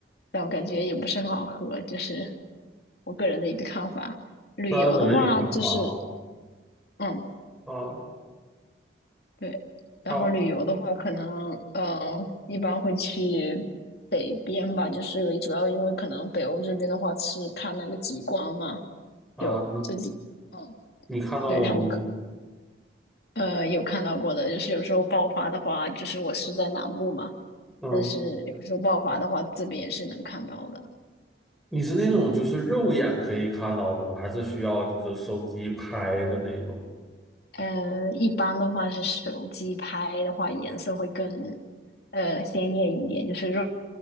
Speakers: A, on the left; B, in the centre.
A: 但我感觉也不是很好喝，就是我个人的一个看法。旅游的话，
B: 三文鱼吗？
A: 就是嗯，
B: 啊，
A: 对，然后旅游的话，
B: 靠
A: 可能呃，一般会去北边吧，就是主要因为可能北欧这边的话是看那个极光嘛，
B: 啊，
A: 有自己嗯。
B: 你看到过吗？
A: 对，他们可呃，有看到过的，就是有时候爆发的话，就是我是在南部嘛，
B: 嗯，
A: 但是有时候爆发的话，这边也是能看到的。
B: 你是那种就是肉眼可以看到的吗？还是需要就是手机拍的那种？
A: 呃，一般的话是手机拍的话，颜色会更呃鲜艳一点，就是肉